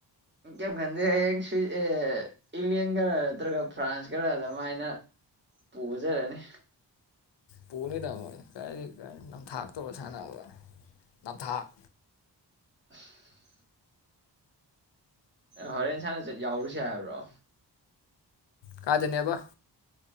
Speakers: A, on the right; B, on the left.
A: ꯀꯩꯝ ꯈꯟꯗꯦꯍꯦ ꯍꯌꯦꯡ ꯁꯨꯏ ꯑꯦ꯫ ꯏꯪꯂꯦꯟ ꯒꯔ ꯅꯠꯇ꯭ꯔꯒ ꯐ꯭ꯔꯥꯟꯁ ꯀꯔ ꯑꯗꯨꯃꯥꯏꯅ ꯄꯨꯖꯔꯅꯤ꯫
B: ꯄꯨꯅꯤꯗ ꯀꯥꯏꯗꯩ ꯀꯥꯏꯗꯩꯩ ꯅꯝꯊꯥꯛꯇꯧꯔ ꯁꯥꯟꯅꯔꯒ ꯅꯝꯊꯥꯛ꯫
A: <inaudible> ꯍꯣꯔꯦꯟ ꯁꯥꯥꯟꯅꯆꯠ ꯌꯥꯎꯔꯨꯁꯦ ꯍꯥꯏꯕ꯭ꯔꯣ꯫
B: ꯀꯥꯏꯗꯅꯦꯕ꯫